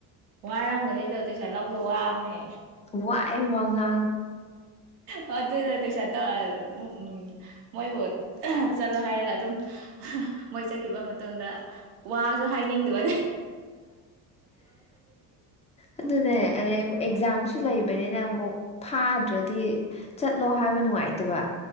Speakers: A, on the right; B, on the left.
A: ꯋꯥꯔꯝꯒꯅꯦꯗꯣ ꯇꯩꯁꯥ ꯂꯧꯁꯨ ꯋꯥꯕꯅꯦ
B: ꯋꯥꯏ ꯋꯥꯉ
A: ꯑ ꯑꯗꯨ ꯇꯁ ꯇꯧ ꯃꯣꯏꯕꯨ ꯆꯠꯂꯣ ꯍꯥꯏꯔꯒ ꯑꯗꯨꯝ ꯃꯣꯏ ꯆꯠꯈꯤꯕ ꯃꯇꯨꯡꯗ ꯋꯥꯁꯨ ꯍꯥꯏꯅꯤꯡꯗꯕ
B: ꯑꯗꯨ ꯑꯗꯨꯅꯦ ꯑ ꯑꯦꯛꯖꯝ ꯁꯨ ꯂꯩꯕꯅꯤꯅ ꯑꯃꯨꯛ ꯐꯥꯗ꯭ꯔꯗꯤ ꯆꯠꯂꯣ ꯍꯥꯏꯕ ꯅꯨꯡꯉꯥꯏꯇꯕ